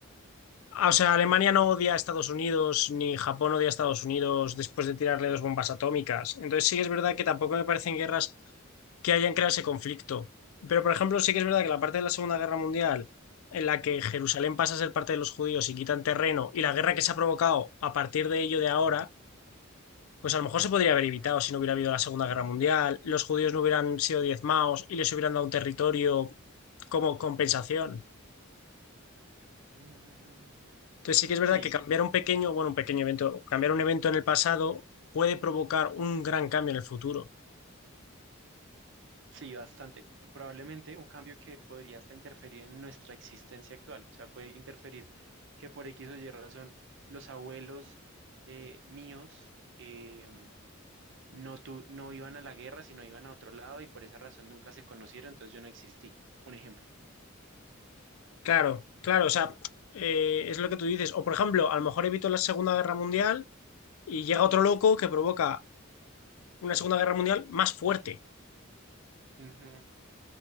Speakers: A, on the left; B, on the right.
A: Ah, O sea, Alemania no odia a Estados Unidos, ni Japón odia a Estados Unidos después de tirarle dos bombas atómicas. Entonces sí que es verdad que tampoco me parecen guerras que hayan creado ese conflicto. Pero, por ejemplo, sí que es verdad que la parte de la Segunda Guerra Mundial, en la que Jerusalén pasa a ser parte de los judíos y quitan terreno, y la guerra que se ha provocado a partir de ello de ahora, pues a lo mejor se podría haber evitado si no hubiera habido la Segunda Guerra Mundial, los judíos no hubieran sido diezmados y les hubieran dado un territorio como compensación.
B: Mm,
A: Entonces sí que es verdad
B: Sí,
A: que cambiar un pequeño, bueno, un pequeño evento, cambiar un evento en el pasado puede provocar un gran cambio en el futuro.
B: Sí, bastante. Probablemente un cambio que podría hasta interferir en nuestra existencia actual. O sea, puede interferir que por X o Y razón los abuelos eh, míos em, no, tu- no iban a la guerra, sino iban a otro lado y por esa razón nunca se conocieron, entonces yo no existí. Un ejemplo.
A: Claro, claro, o sea, eh, es lo que tú dices. O por ejemplo, a lo mejor evito la Segunda Guerra Mundial y llega otro loco que provoca una Segunda Guerra Mundial más fuerte.
B: Ujú.